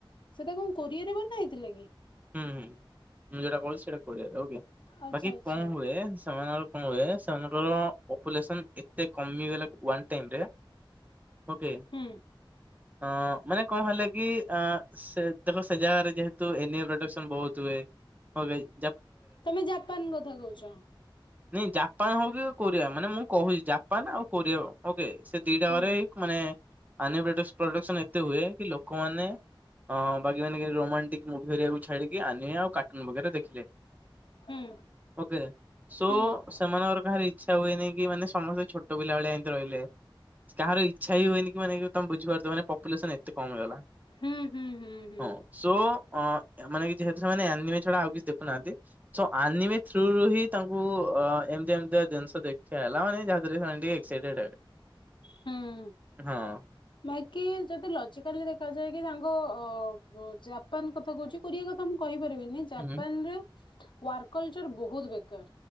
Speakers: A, on the left; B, on the right.
A: ସେଟା କଣ କୋରିଆରେ ବନା ହେଇଥିଲା କି-
B: ହୁଁ ହୁଁ। ମୁଁ ଯୋଉଟା କହୁଚି, ସେଇଟା କରିବା ଓକେ
A: ଆଚ୍ଛା
B: ବାକି
A: ଆଚ୍ଛା
B: କଣ ହୁଏ ସେମାନେ କଣ ହୁଏ ସେମାନଙ୍କର ପପୁଲେସନ୍ ଏତେ କମିଗଲା ୱାନ୍ ଟାଇମ ରେ ଓକେ।
A: ହୁଁ
B: ଅଁ ମାନେ କଣ ହେଲା କି ଅ ସେ ଦେଖ ସେ ଜାଗାରେ ଯେହେତୁ ଏନବ୍ଲ ଇମଫେକ୍ସନ ବହୁତ୍ ହୁଏ <unintelligible>
A: ତମେ ଜାପାନ୍ କଥା କହୁଚ।
B: ହୁଁ ଜାପାନ୍ ହଉ କି କୋରିଆ ମାନେ ମୁଁ କହୁଛି ଜାପାନ୍ ଆଉ କୋରିଆ ରେ ସେ ଦିଟା
A: ହୁଁ
B: ଘରେ ମାନେ- ଆନିବେଟେସ୍ ପ୍ରଡ଼କ୍ସନ ଏତେ ହୁଏ କି ଲୋକମାନେ ଅ ବାକି ମାନେ ରୋମାଣ୍ଟିକ ମୁଭିରେ ଛାଡି଼କି, ଆନିଆ ଆଉ କାର୍ଟୁନ୍ ବଗେରା ଦେଖିଲେ।
A: ହୁଁ
B: ଓକେ। ସୋ
A: ହୁଁ।
B: ସେମାନଙ୍କର କାହାରି ଇଚ୍ଛା ହୁଏନେଇଁ କି ମାନେ ସମସ୍ତେ ଛୋଟ ଛୋଟ ପିଲା ଭଳିଆ ଏମତି ରହିଲେ, କାହାର ଇ ଚ୍ଛା ହି ହୁଏନି କି ମାନେ କି ତମେ ବୁଝପାରୁଥିବ ମାନେ ପପ୍ ପପୁଲେସନ୍ ଏତେ କମ୍ ହେଇଗଲା।
A: ହୁଁ ହୁଁ ହୁଁ ହୁଁ
B: ହଁ। ସୋ ଅଁ ତାମାନେ କିଛି ହେତ୍ ସମୟ ନାହିଁ, ଆନିମା ଛଡ଼ା ଆଉ କିଛି ଦେଖୁନାହାଁନ୍ତି। ସୋ ଆନିମି ଥ୍ରୋରୁ ହିଁ ତାଙ୍କୁ ଏମତିଆ ଏମତିଆ ଜିନିଷ ଦେଖି ଇଚ୍ଛା ହେଲା, ମାନେ ଯାହାଦ୍ୱାରା ସେମାନେ ଟିକେ ସେଇଟା
A: ହୁଁ।
B: <unintelligible> ହଁ।
A: ବାକି ଯଦି ଲଜିକାଲି ଦେଖାଯାଏ କି, ତାଙ୍କ ଅ-ଅ ପ ଜାପାନ କଥା କହୁଛି, କୋରିଆ କଥା ମୁଁ କହିପାରିବି ବିନି, ଜାପାନରେ
B: ହୁଁ
A: ୱାର୍କଲଚର୍ ବହୁତ୍ ବେକାର।